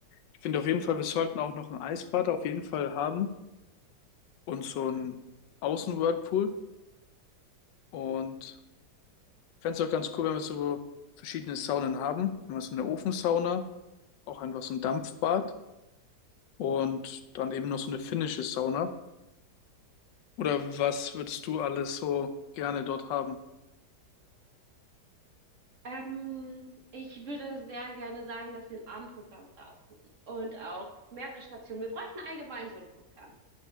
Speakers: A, on the left (about 80°); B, on the right (about 50°).
A: Ich finde auf jeden Fall, wir sollten auch noch ein Eisbad auf jeden Fall haben und so ein Außenwhirlpool. Und fände es auch ganz cool, wenn wir so verschiedene Saunen haben. Einmal so eine Ofensauna, auch einfach so ein Dampfbad und dann eben noch so eine finnische Sauna. Oder was würdest du alles so gerne dort haben?
B: Ähm, ich würde sehr gerne sagen, dass wir ein Abendprogramm brauchen und auch mehrere Stationen. Wir bräuchten allgemein so ein Programm.